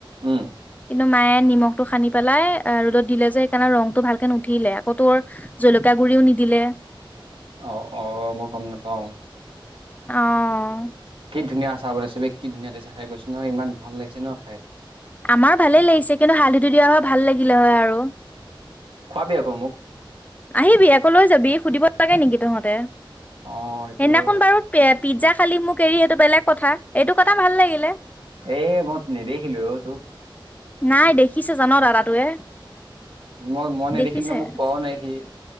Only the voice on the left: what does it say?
কিন্তু মায়ে নিমখটো সানি পেলাই ৰ'দত দিলে যে সেইকাৰণে ৰংটো ভালকে নুঠিলে আকৌ তোৰ জলকীয়া গুৰিও নিদিলে
অহ
আমাৰ ভালেই লাগিছে কিন্তু হালধিটো দিয়া হয় ভাল লাগিলে হয় আৰু
আহিবি আকৌ লৈ যাবি সুধিব লাগে নেকি তহঁতে
সেইদিনাখন
বাৰু পিজ্জা খালি মোক এৰি সেইটো বেলেগ কথা, এইটো কথা ভাল লাগিলে
নাই দেখিছে জান দাদাটোৱে
দেখিছে